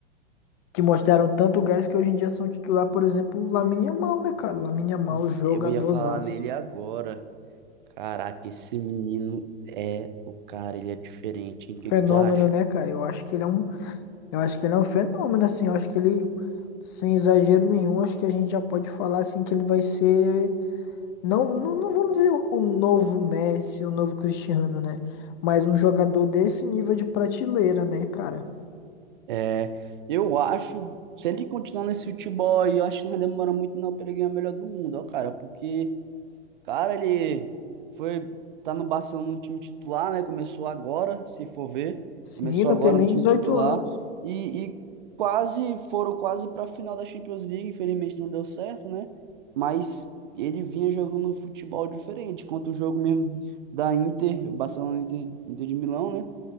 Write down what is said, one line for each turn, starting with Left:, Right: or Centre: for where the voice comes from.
Left: que mostraram tanto gás que hoje em dia são titular, por exemplo, o Lamine Yamal, né, cara? O Lamine Yamal,
Right: Isso,
Left: jogadorzaço.
Right: Eu ia falar nele agora. Caraca, esse menino é o cara, ele é diferente, hein? O que
Left: Fenômeno,
Right: que tu acha?
Left: né, cara? Eu acho que ele é um, eu acho que ele é um fenômeno, assim. Eu acho que ele, sem exagero nenhum, acho que a gente já pode falar, assim, que ele vai ser, não, não, não vamos dizer o o novo Messi, o novo Cristiano, né? Mas um jogador desse nível de prateleira, né, cara?
Right: É, eu acho, se ele continuar nesse futebol aí, eu acho que não vai demorar muito não pra ele ganhar o melhor do mundo, ó, cara, porque Cara, ele foi tá no Barcelona no time titular, né? Começou agora, se for ver,
Left: Sim,
Right: começou
Left: não
Right: agora
Left: tem nem
Right: no time
Left: 18
Right: titular
Left: anos.
Right: e, e quase foram quase para a final da Champions League, infelizmente não deu certo, né? Mas ele vinha jogando um futebol diferente, quanto o jogo mesmo da Inter, o Barcelona Inter, Inter de Milão, né?